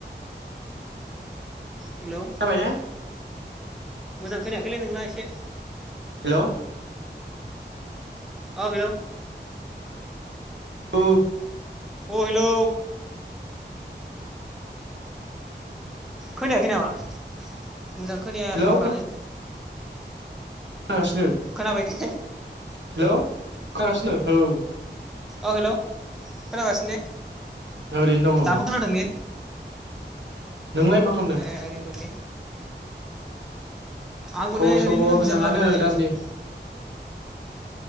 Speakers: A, in the centre; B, on the right.
A: हेलौ
B: जाबायना?
A: मोजां खोनाया खैलै नोंना एसे
B: हेल'
A: औ हेल'
B: औ
A: औ हेलौ खोनायाखै नामा? मोजां खोनाया
B: हेलौ
A: टावारानो
B: नागासिनो
A: खोनाबाय ने
B: हेलौ खोनागासिनो औ
A: अ हेल' खोनागासिनो ने
B: ओरैनो दङ
A: दाबो खोनादों ने?
B: नोंलाय मा खालामदों?
A: ए ओरैनो दं ने आंबो
B: खबर
A: नै
B: सबर
A: ओरैनो दं
B: मोजाङानो
A: जिरलाबायनानै
B: दासान्दि।